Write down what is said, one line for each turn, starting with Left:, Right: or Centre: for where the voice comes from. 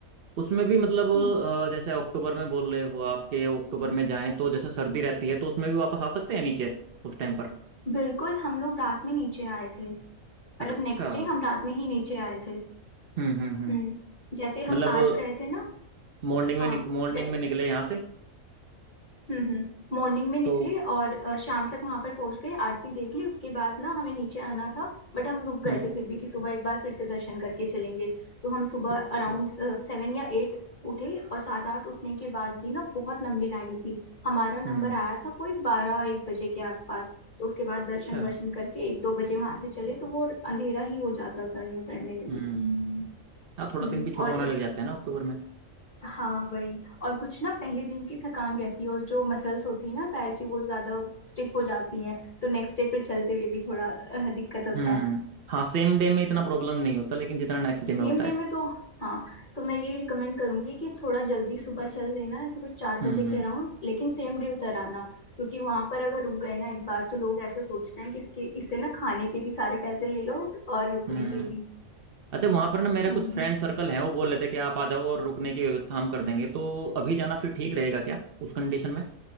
Right: उसमें भी मतलब
Left: हम्म,
Right: अ, जैसे अक्टूबर में बोल रहे हो आपके अक्टूबर में जाएं तो जैसे सर्दी रहती है तो उसमें भी वापस आ सकते हैं नीचे उस टाइम पर
Left: बिल्कुल हम लोग रात में नीचे आए थे मतलब
Right: अच्छा
Left: नेक्स्ट डे हम रात में ही नीचे आए थे
Right: हम्म हम्म हम्म
Left: हम्म जैसे हम
Right: मतलब
Left: आज गए थे ना
Right: मॉर्निंग में
Left: हाँ
Right: मॉर्निंग
Left: जैसे
Right: में निकले यहाँ से
Left: हम्म हम्म मॉर्निंग में निकले
Right: तो
Left: और अ, शाम तक वहां पर पहुंच गए आरती देख ली उसके बाद ना हमें नीचे आना था बट हम रुक गए
Right: हम्म
Left: थे फिर भी कि सुबह एक बार फिर से दर्शन करके चलेंगे तो हम सुबह
Right: अच्छा
Left: अराउंड सेवन या एट उठे और सात आठ उठने के बाद भी ना बहुत लंबी लाइन थी हमारा नंबर
Right: हम्म
Left: आया था कोई बारह एक बजे के आसपास तो उसके बाद दर्शन
Right: अच्छा
Left: वर्शन करके एक दो बजे वहां से चले तो वो अंधेरा ही हो जाता उतरने उतरने में
Right: हम्म
Left: भी
Right: हाँ थोड़ा
Left: हम्म
Right: दिन भी छोटा
Left: और
Right: होने
Left: एक
Right: लग जाता है ना अक्टूबर में
Left: हाँ वही और कुछ ना पहले दिन की थकान रहती है और जो मसल्स होती है ना पैर की वो ज्यादा स्टिफ हो जाती हैं तो नेक्स्ट डे फिर चलते हुए भी थोड़ा अ, दिक्कत होता
Right: हम्म
Left: है
Right: हाँ सेम डे में इतना प्रॉब्लम नहीं होता लेकिन जितना नेक्स्ट डे
Left: सेम
Right: में होता
Left: डे
Right: है
Left: में तो हाँ तो मैं ये रिकमेंड करूंगी कि थोड़ा जल्दी सुबह चल देना ऐसे कुछ चार
Right: हम्म
Left: बजे
Right: हम्म
Left: के अराउंड लेकिन सेम डे उतर आना क्योंकि वहां पर अगर रुक गए ना एक बार तो लोग ऐसे सोचते हैं कि इसके इससे ना खाने के भी सारे पैसे ले लो और रुकने
Right: हम्म
Left: के भी
Right: अच्छा वहां पर ना मेरा
Left: हम्म
Right: कुछ
Left: हम्म।
Right: फ्रेंड सर्कल है वो बोल रहे थे कि आप आ जाओ और रुकने की व्यवस्था हम कर देंगे तो अभी जाना फिर ठीक रहेगा क्या उस कंडीशन में